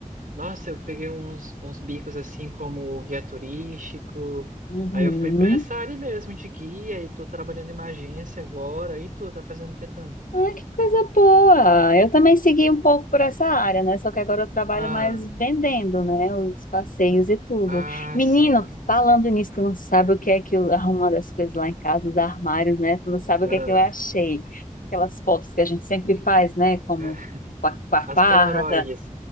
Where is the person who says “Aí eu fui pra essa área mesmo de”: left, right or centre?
Right